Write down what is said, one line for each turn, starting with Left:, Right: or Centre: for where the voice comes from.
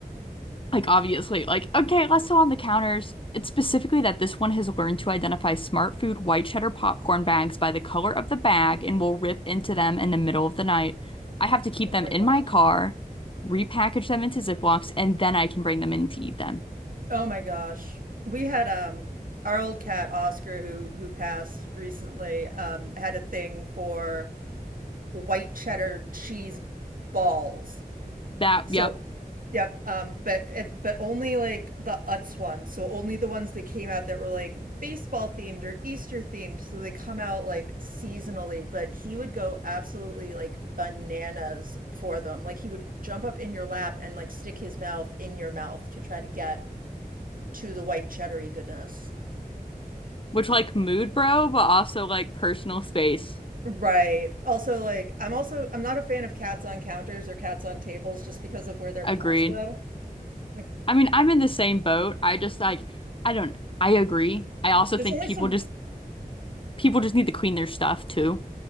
Left: like obviously like okay let's go on the counters it's specifically that this one has learned to identify smart food white cheddar popcorn bags by the color of the bag and will rip into them in the middle of the night I have to keep them
Right: Oh my
Left: in
Right: God.
Left: my car repackage them into Ziplocs and then I can bring them in to eat them
Right: Oh my gosh. We had um our old cat Oscar who who passed recently um had a thing for white cheddar cheese balls.
Left: that,
Right: So
Left: yep.
Right: yep, um but and- but only like the Utz ones. So only the ones that came out that were like baseball themed or Easter themed. So they come out like seasonally, but he would go absolutely like bananas for them. Like he would jump up in your lap and like stick his mouth in your mouth to try to get to the white cheddary goodness.
Left: Which like mood, bro, but also like personal space.
Right: Right. Also, like, I'm also I'm not a fan of cats on counters or cats on tables just because of where their
Left: Agreed.
Right: paws go. Like,
Left: I mean, I'm in the same boat. I just like I don't I agree. I also
Right: there's
Left: think
Right: only
Left: people
Right: some.
Left: just people just need to clean their stuff too.